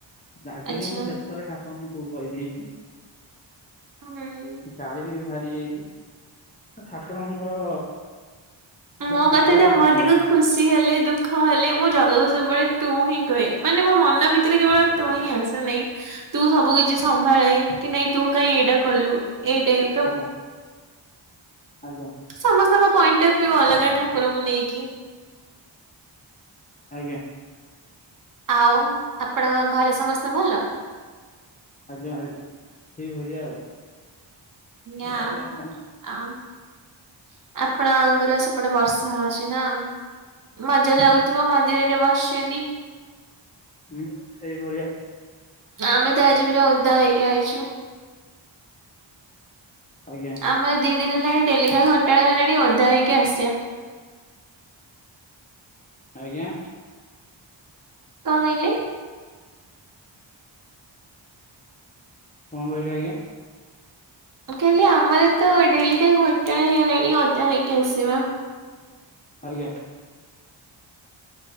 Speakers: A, on the left; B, on the right.
A: ରାଗିକି
B: ଆଚ୍ଛା
A: ମୁଁ କେତଥର ଠାକୁରଙ୍କୁ ତୁ କହିଦେଇଛଚି।
B: ହୁଁ।
A: ଗାଳିବି ବାହାରି ଯାଇଚି। ଠାକୁରଙ୍କର
B: ମୋ
A: ଠାକୁର
B: କଥାଟା ମୋ
A: ଠାକୁର
B: ଅଧିକ ଖୁ ଖୁସି ହେଲେ ଦୁଃଖ ହେଲେ ମୁଁ ଜାଗାକୁ ସବୁବେଳେ ତୁ ହିଁ କୁହେ ମାନେ ମୋ ମନ ଭି ତରେ କେବଳ ତୁ ହିଁ ଆସେ ହେଲାକି। ତୁ ସବୁ କିଛି ସମ୍ଭାଳେ, କି ନାଇଁ ତୁ କାଇହିଁ ଏଇଟା କଲୁ, ଏଇ ଟାଇ
A: ଆଜ୍ଞା ଆଜ୍ଞା‌।
B: ସମସ୍ତଙ୍କ ପଏଣ୍ଟ ଅଫ ଭ୍ୟୁ ଅଲଗା ଠାକୁରଙ୍କୁ ନେଇକି।
A: ଆଜ୍ଞା!
B: ଆଉ ଆପଣଙ୍କ ଘରେ ସମସ୍ତେ ଭଲ?
A: ଆଜ୍ଞା ଆଜ ସେଇ ଭଳିଆ ଆଉ।
B: <unintelligible>
A: ଭଲ କଣ
B: ଆପଣଙ୍କର ସେପଟେ ବର୍ଷା ହଉଛି ନା। ମଜା ଲାଗୁଥିବ ମନ୍ଦିରରେ ବସିଚନ୍ତି।
A: ହୁଁ ସେଇ ଭଳିଆ।
B: ଆମେ ତ ଆଜି ପୁର ଓଦା ହେଇକି ଆସିଚୁ।
A: ଆଜ୍ଞା।
B: ଆମର ଦି ଦିନ ହେଲାଣି ଡେଲିିକା ଘଣ୍ଟା ହେଲାଣି ଓଧା ହେଇକି ଆସିବା।
A: ଆଜ୍ଞା?
B: କଁ ହେଇଲେ?
A: କଁ <unintelligible> ଆଜ୍ଞା?
B: ମୁଁ କାଲି ଆମର ତ ଡେଲି କାହି ଘଟଣା ହେଇଗଲାଣି ଅଦା ହେଇକି ଆସିବା।
A: ଆଜ୍ଞା!